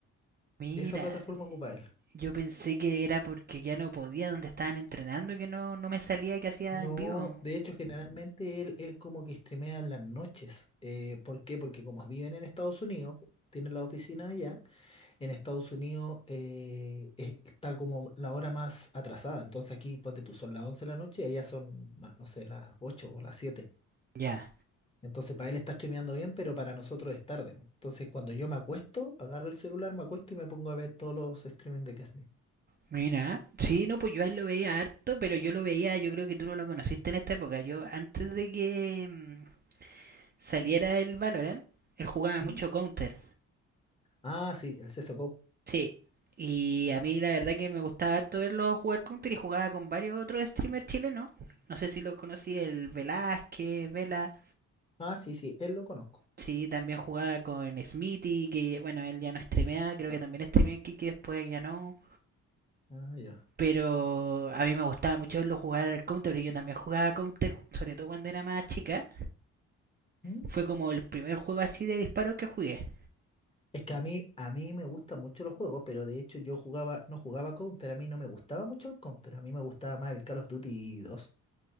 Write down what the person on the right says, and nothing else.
mira.
Yo pensé que era porque ya no podía donde estaban entrenando que no, no me salía que hacía
en vivo.
Ya,
mira. Sí, no, pues yo a él lo veía harto, pero yo lo veía, yo creo que tú no lo conociste en esta época. Yo antes de que mm, saliera el Valorant, él jugaba
mucho Counter.
Sí, y a mí la verdad que me gustaba harto verlo jugar Counter y jugaba con varios otros streamers chilenos. No sé si los conocí, el Velázquez, Vela.
Sí, también jugaba con Smithy, que bueno, él ya no streamea, creo
que también streameó aquí, que después ya no.
Pero a mí me gustaba mucho verlo jugar al Counter, porque yo también jugaba Counter, sobre todo cuando era más chica.
Fue como el primer juego así de disparo que jugué.